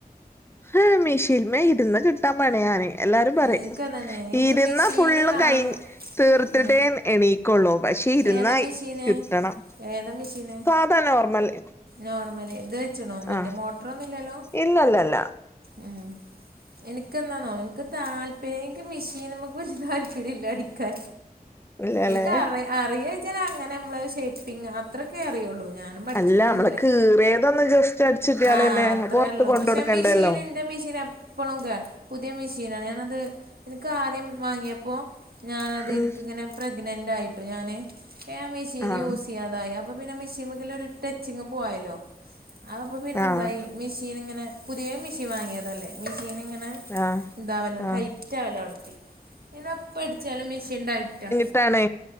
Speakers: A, on the left; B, on the right.
A: ഹാ മിഷീന് മേ ഇരുന്ന് കിട്ടാൻ പണിയാണ് എല്ലാരും പറയും
B: എനിക്കതാണ് എനിക്ക്
A: ഇരുന്ന
B: മെഷീന്
A: ഫുള്ള്
B: കാണുമ്പോൾ
A: ക്ഴ തീർത്തിട്ടേ
B: ആ
A: എണീ ക്കുള്ളൂ പക്ഷെ ഇരുന്നായി
B: ഏതാ മെഷീന്
A: കിട്ടണം
B: ഏതാ മെഷീന്
A: സാധാരണ നോർമൽ-
B: നോർമൽ ഇത് വെച്ച്ണോ മറ്റേ
A: ആ
B: മോട്ടറൊന്നും ഇല്ലല്ലോ?
A: ഇല്ലല്ലല്ല
B: ഉം. എനക്ക് എന്താണോ എനിക്ക് താല്പര്യം എനിക്ക് മിഷീനമക്ക് വല താല്പര്യം ഇല്ല അടിക്കാൻ
A: ഇല്ലാല്ലേ
B: എനിക്ക് അറി <unintelligible> അങ്ങനെ നമ്മള് ഷേപ്പിങ് അത്രൊക്കെ അറിയുള്ളൂ. ഞാനും പഠിച്ചിട്ടൊന്നുല്ല
A: അല്ല നമ്മള് കീറിയതൊന്ന് ജസ്റ്റ് അടിച്ചിട്ടിയാലല്ലേ
B: ആഹ് അത്രയൊള്ളൂ
A: പൊറത്ത് കൊണ്ട്
B: പക്ഷെ
A: കൊടുക്കണ്ടല്ലോ
B: മിഷീനി ന്റെ മിഷീൻ എപ്പളും കേടാ പുതിയ മിഷിനാണ് ഞാനത് ഇന്ക് ആദ്യം വാങ്ങിയപ്പോ ഞാനത്
A: ഉം
B: ഇൻക്കിങ്ങനെ പ്രഗ്നൻറ് ആയിട്ടോ ഞാന് അപ്പൊ ഞാൻ മെഷീന്
A: ആഹ്
B: യൂസ് ചെയ്യാതായി അപ്പോ പ്പോ പിന്നെ മെഷീൻമേക്കുള്ള ഒരു ടച്ചിങ്ങ് പോയല്ലോ അപ്പോ പിന്നെ
A: ആഹ്
B: ന്തായി മെഷീൻ ഇങ്ങനെ പുതിയ മെഷീൻ വാങ്ങിയതല്ലേ മെഷീൻ ഇങ്ങനെ
A: ആഹ്
B: ഇതാവല്ലോ
A: ആഹ്
B: ടൈറ്റ് റ്റാവലോടത്തി പിന്നെ എപ്പോ അടിച്ചാലും മെഷീൻ ടൈറ്റാ-
A: ത്താണ്